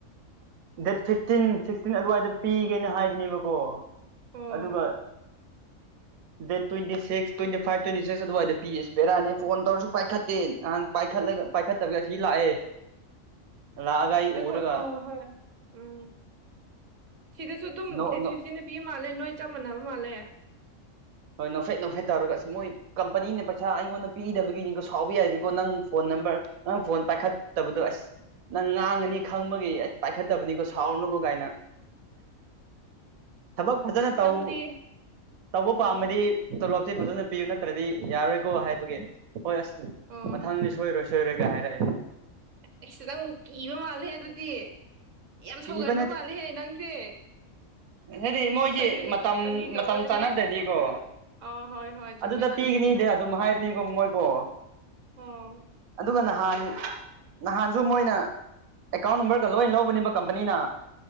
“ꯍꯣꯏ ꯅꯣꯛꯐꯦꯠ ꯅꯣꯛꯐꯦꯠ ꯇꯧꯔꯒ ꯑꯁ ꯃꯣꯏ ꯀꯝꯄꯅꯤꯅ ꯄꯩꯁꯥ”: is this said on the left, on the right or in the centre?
Right